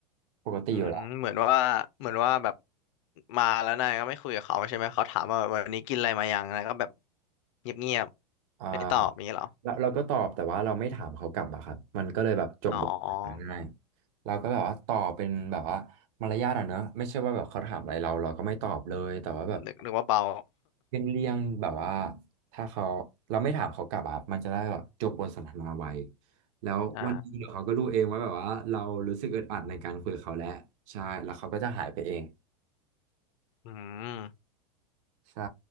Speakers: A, on the right; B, on the left.
A: ปกติอยู่แล้ว
B: อืมเหมือนว่าเหมือนว่าแบบมาแล้วนายก็ไม่คุยกับเขาใช่ไหมเขาถามว่าวันนี้กินอะไรมายังนายก็แบบเงียบๆไม่ตอบอย่างนี้เหรอ
A: อ่าแล้วเราก็ตอบแต่ว่าเราไม่ถามเขากลับอะครับมันก็เลยแบบจบบทสนทนาง่าย
B: อ๋อ
A: เราก็แบบว่าตอบเป็นแบบว่ามารยาทอะเนอะไม่ใช่ว่าแบบเขาถามอะไรเราเราก็ไม่ตอบเลยแต่ว่าแบบ
B: นึกนึกว่าเบา
A: เป็นเรี่ยงแบบว่าถ้าเขาเราไม่ถามเขากลับอะมันจะได้แบบจบบทสนทนาไวแล้ววันหนี้เดี๋ยวเขาก็รู้เองว่าแบบว่าเรารู้สึกอึดอัดในการคุยกับเขาแล้วใช่แล้วเขาก็จะหายไปเอง
B: <laughs> อ่าอืม
A: ใช่